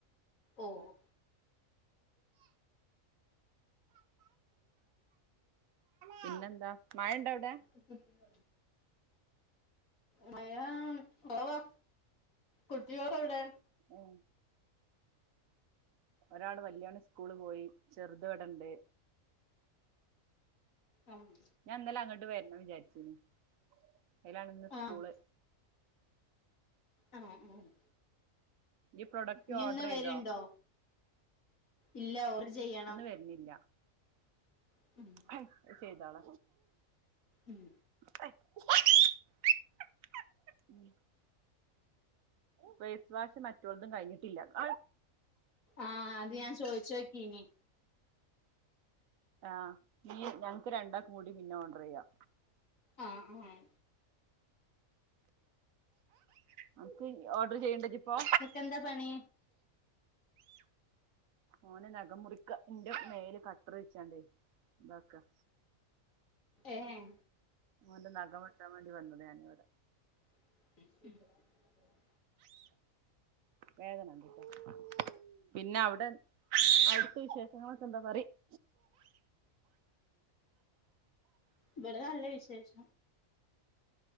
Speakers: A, on the left (about 75°); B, on the right (about 80°).
A: ഓഹ്
B: പിന്നെ എന്താ മഴ ഇണ്ട അവിടെ
A: <unintelligible> മയാ കൊറവാ കുട്ടിയള് എവിടെ
B: ഉം ഒരാള് വല്യയാണ് ഇസ്കൂള് പോയി ചെറുത് ഇവിടണ്ട്
A: ആഹ്
B: ഞാൻ ഇന്നലെ അങ്ങട്ട് വരണം വിചാരിച്ചീനി അയിലാണ് ഇന്ന് സ്കൂള്
A: ആഹ് ആഹ് ആഹ്
B: ഈ പ്രൊഡക്റ്റ്
A: ഇഞ്ഞിന്ന്
B: ഓർഡർ ചെയ്തോ
A: വരുണ്ടോ ഇല്ല ഓർഡർ ചെയ്യണം
B: ഇന്ന് വര്ണില്ല
A: <unintelligible>
B: അത് ചെയ്താള
A: ഉം
B: <inaudible> ഫേസ് വാഷ് മാറ്റോലതും കഴിഞ്ഞിട്ടില്ല <inaudible>
A: ആഹ് അത് ഞാൻ ചോയിച്ചോക്കീനി
B: ആഹ് ഇനി ഞങ്ങക്ക് രണ്ടാക്കും കൂടി പിന്നെ ഓർഡർ ചെയ്യാ
A: ആഹ് ആഹ്
B: അനക്ക് ഓർഡർ ചെയ്യ്‌ണ്ടോ ഇജ്ജിപ്പോ
A: എന്താ പണി
B: ഓന് നഖം മുറിക്ക ഇന്റെ മേല് കട്ടർ വെച്ചാണ്ടെ ഇതാക്ക
A: ഏഹ്
B: ഓന്റെ നഖം വെട്ടാൻ വേണ്ടി വന്നതാ ഞാൻ ഇവിടെ
A: <inaudible>
B: വേദന ഉണ്ട് ട്ടോ പിന്നെ അവിടെ അവിടുത്തെ വിശേഷങ്ങൾ ഒക്കെ എന്താ പറിയ് <inaudible>
A: ഇവിടെ നല്ല വിശേഷം